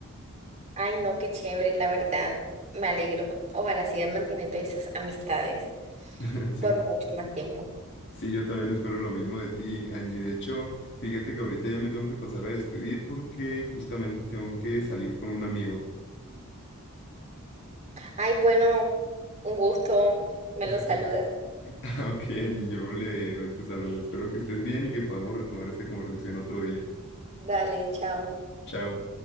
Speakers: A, on the right (about 30°); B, on the left (about 55°).
A: Ay, no, qué chévere, la verdad. Me alegro. Ojalá sigan manteniendo esas amistades
B: <laughs> Sí.
A: por mucho más tiempo.
B: Sí, yo también espero lo mismo de ti, Angie. De hecho, fíjate que ahorita ya me tengo que pasar a despedir porque justamente tengo que salir con un amigo.
A: Ay, bueno, un gusto. Me
B: <laughs>
A: los saludas.
B: <laughs> Ok, Angie, yo le doy tu saludo. Espero que estés bien y que podamos retomar esta conversación otro día.
A: Dale, chao.
B: Chao.